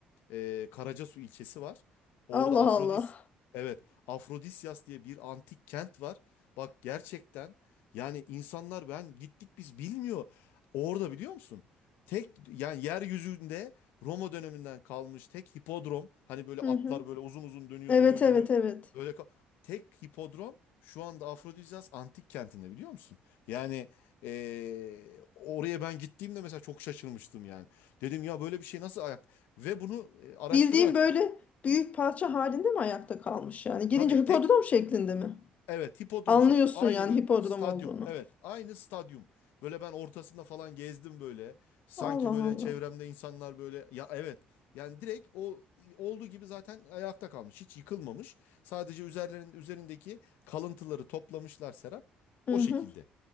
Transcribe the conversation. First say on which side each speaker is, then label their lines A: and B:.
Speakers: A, on the left; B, on the left.
A: e, Karacasu ilçesi var. Orada
B: Allah
A: Afrodis
B: Allah.
A: evet Afrodisyas diye bir antik kent var. Bak gerçekten yani insanlar ben gittik biz bilmiyor. Orada biliyor musun? Tek yani yeryüzünde Roma döneminden kalmış tek hipodrom. Hani böyle atlar
B: Hı hı.
A: böyle uzun uzun dönüyor
B: Evet
A: dönüyor
B: evet
A: dönüyor.
B: evet.
A: Böyle ka- tek hipodrom şu anda Afrodizyas antik kentinde biliyor musun? Yani eee, oraya ben gittiğimde mesela çok şaşırmıştım yani. Dedim ya böyle bir şey nasıl ayak? Ve bunu e, araştırarak
B: Bildiğim böyle büyük parça halinde mi ayakta kalmış yani? Gelince
A: tabii
B: hipodrom
A: tek
B: şeklinde mi?
A: Evet, hipodrom
B: Anlıyorsun
A: şeklinde. Aynı
B: yani
A: böyle
B: hipodrom
A: stadyum.
B: olduğunu.
A: Evet, aynı stadyum. Böyle ben ortasında falan gezdim böyle. Sanki
B: Allah
A: böyle
B: Allah.
A: çevremde insanlar böyle ya evet. Yani direkt o olduğu gibi zaten ayakta kalmış. Hiç yıkılmamış. Sadece üzerlerin üzerindeki kalıntıları toplamışlar Serap.
B: Hı
A: O şekilde.
B: hı.